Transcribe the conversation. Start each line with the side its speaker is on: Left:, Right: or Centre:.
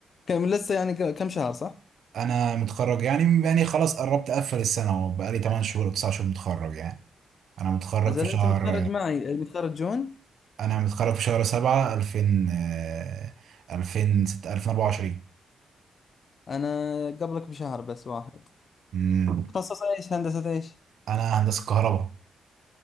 Left: كم لسه يعني ك- كم شهر صح؟
Right: انا متخرج يعني يعني خلاص قربت اقفل السنه وبقالي 8 شهور او 9 شهور متخرج يعني انا متخرج
Left: اجل
Right: في شهر
Left: انت متخرج معي متخرج جون
Right: انا متخرج في شهر 7 2000 آه، 2000 2024
Left: انا قبلك بشهر بس واحد
Right: أمم،
Left: تخصص ايش هندسة ايش؟
Right: انا هندسه كهرباء